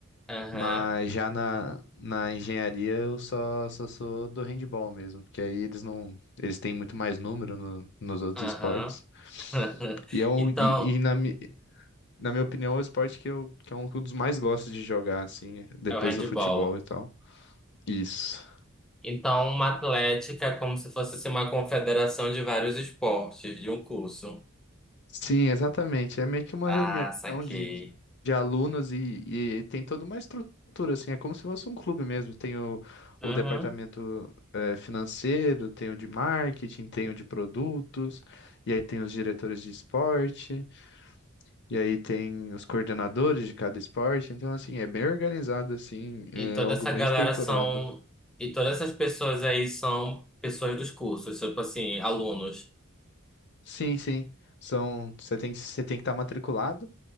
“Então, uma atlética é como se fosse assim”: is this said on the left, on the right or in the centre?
Centre